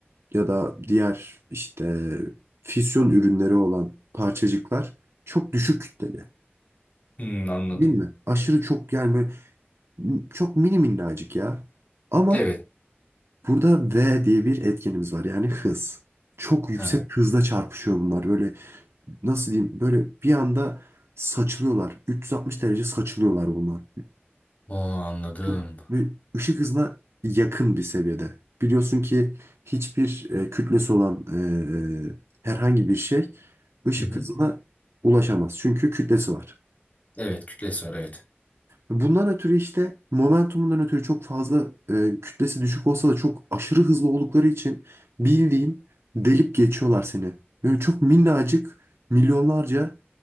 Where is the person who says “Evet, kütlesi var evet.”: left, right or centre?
Left